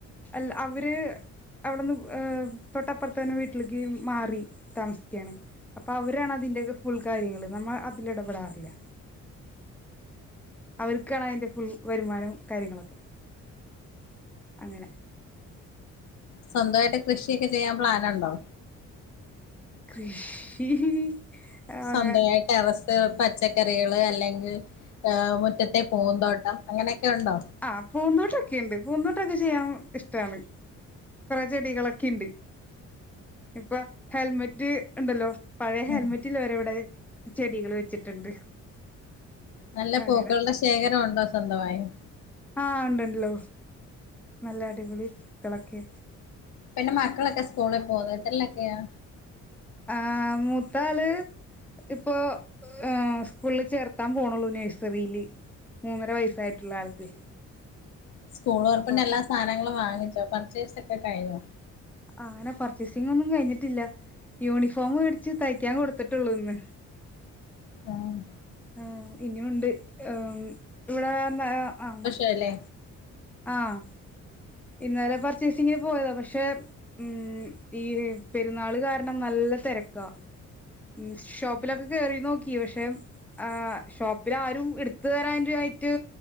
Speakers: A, in the centre; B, on the left (about 70°).
A: അല്ല അവര് അവിടെന്ന് തൊട്ടപ്പുറത്ത തന്നെ വീട്ടിലേക്ക് മാറി താമസിക്കുകയാണ്. അപ്പൊ അവരാണ് അതിന്റെക്കെ ഫുൾ കാര്യങ്ങൾ നമ്മൾ അതില് ഇടപെടാറില്ല. അവർക്കാണ് അതിൻ്റെ ഫുൾ വരുമാനവും കാര്യങ്ങളൊക്കെ അങ്ങനെ
B: സ്വന്തമായിട്ട് കൃഷിയൊക്കെ ചെയ്യാൻ പ്ലാനുണ്ടോ?
A: കൃഷി ആഹ്
B: സ്വന്തമായിട്ട് ഇറസ് പച്ചക്കറികൾ അല്ലെങ്കിൽ മുറ്റത്തെ പൂന്തോട്ടം അങ്ങനെയൊക്കെ ഉണ്ടോ?
A: ആ് പൂന്തോട്ടൊക്കെുണ്ട് പൂന്തോട്ടൊക്കെ ചെയ്യാൻ ഇഷ്ടമാണ്. കുറെ ചെടികളൊക്കെ ഉണ്ട് ഇപ്പൊ ഹെൽമെറ്റ് ഉണ്ടല്ലോ പഴയ ഹെൽമെറ്റിൽ
B: ഉം
A: ഒരവിടെ ചെടികൾ വെച്ചിട്ടുണ്ട്
B: നല്ല
A: അങ്ങനെ
B: പൂക്കളുടെ ശേഖരംണ്ടോ സ്വന്തമായിന്
A: ആഹ് ഉണ്ടണ്ട്ല്ലോ നല്ല അടിപൊളി ക്കളൊക്കെ
B: പിന്നെ മക്കളൊക്കെ സ്കൂളിൽ പോന്നോ എത്രല്ലൊക്കെയാ
A: ആഹ് മൂത്താള് ഇപ്പൊ ഏഹ് സ്കൂൾള് ചേർത്താൻ പോണൊള്ളൂ നേഴ്സറില് മൂന്നര വയസ്സായിട്ടൊള്ളു ആൾക്ക്
B: സ്കൂള് ഒറപ്പിന്റെ
A: അപ്പൊ
B: എല്ലാ സാനങ്ങളും വാങ്ങിച്ചോ പർച്ചേസ് ഒക്കെ കഴിഞ്ഞോ
A: ആ അങ്ങനെ പർച്ചേസിംഗൊന്നും കഴിഞ്ഞിട്ടില്ല യൂണിഫോമ് മേടിച്ച് തയ്ക്കാൻ കൊടുത്തിട്ടുള്ളൂ ഇന്ന്
B: ഏമ്
A: ഏഹ് ഇനിയുണ്ട് ഉം ഇവ്ടെ ന്നേ ആഹ്
B: പ്പെലേ
A: ആഹ് ഇന്നലെ പർച്ചേസിംഗിന് പോയതാ പക്ഷെ ഉം ഈ പെരുന്നാള് കാരണം നല്ല തെരക്ക ഈ ഷോപ്പ് പ്പിലൊക്കെ കേറി നോക്കി പക്ഷെ ആഹ് ഷോപ്പില് ആരും ഇട്ത്ത്തരാൻ ആയിട്ട്